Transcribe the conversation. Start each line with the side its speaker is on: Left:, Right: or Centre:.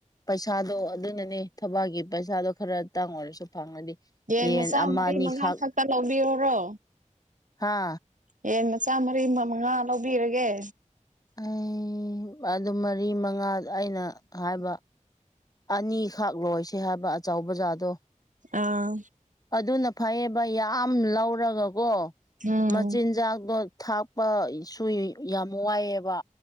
Left: ꯄꯩꯁꯥꯗꯣ ꯑꯗꯨꯅꯅꯦ ꯊꯕꯛꯒꯤ ꯄꯩꯁꯥꯗꯣ ꯈꯔꯇꯥꯡ ꯑꯣꯏꯔꯁꯨ ꯐꯪꯉꯗꯤ
Right: ꯌꯦꯟ ꯃꯆꯥ
Left: ꯑꯃ
Right: ꯃꯔꯤ
Left: ꯑꯅꯤꯈꯛ
Right: ꯃꯉꯥ ꯈꯛꯇ ꯂꯧꯕꯤꯌꯨꯔꯣ
Left: ꯍꯥ
Right: ꯍꯌꯦꯟ ꯃꯆꯥ ꯃꯔꯤ ꯑꯃ ꯃꯉꯥ ꯑꯃ ꯂꯧꯕꯤꯔꯒꯦ
Left: ꯑꯩ ꯑꯗꯨ ꯃꯔꯤ ꯃꯉꯥ ꯑꯩꯅ ꯍꯥꯏꯕ ꯑꯅꯤꯈꯛ ꯂꯣꯏꯁꯦ ꯍꯥꯏꯕ ꯑꯆꯧꯕ ꯖꯥꯇꯣ
Right: ꯑꯥ
Left: ꯑꯗꯨꯅ ꯐꯩꯌꯦꯕ ꯌꯥꯝ ꯂꯧꯔꯒꯀꯣ
Right: ꯎꯝ
Left: ꯃꯆꯤꯟꯖꯥꯛꯇꯣ ꯊꯥꯛ ꯄꯥꯁꯨ ꯌꯥꯝ ꯋꯥꯏꯑꯦꯕ